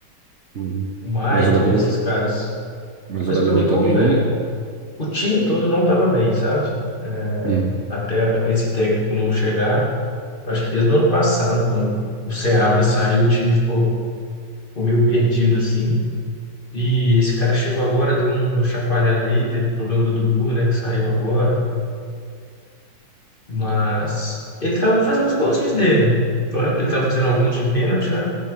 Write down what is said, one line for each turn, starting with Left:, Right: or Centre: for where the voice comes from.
Right: Uhum.
Left: o Mike,
Right: Mas o Gabigol,
Left: né? Esses
Right: tá-
Left: caras.
Right: Mas
Left: Mas
Right: o Gabigol
Left: o Gabigol,
Right: tá bem,
Left: velho,
Right: hein?
Left: o time todo não tava bem, sabe? É,
Right: Hum,
Left: até esse técnico novo chegar. eu Acho que desde o ano passado, quando o Seabra saiu, o time ficou, ficou meio perdido, assim. E esse cara chegou agora, deu uma chacoalhada aí, teve o problema do Dudu, né? Que saiu agora. Mas ele estava fazendo os golzinhos dele. Claro que ele estava fazendo alguns de pênalti, né?